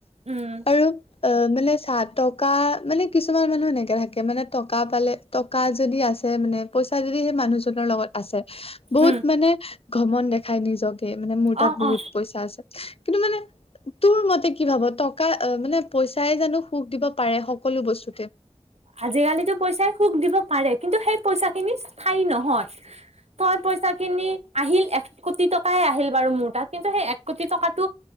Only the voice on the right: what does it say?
উম
উম
অ
অ
আজিকালিতো পইচাই সুখ দিব পাৰে কিন্তু সেই পইচা খিনি স্থায়ী নহয় তই পইচা খিনি আহিল এক কোটি টকাই আহিল বাৰু মোৰ তাত কিন্তু সেই এক কোটি টকাটো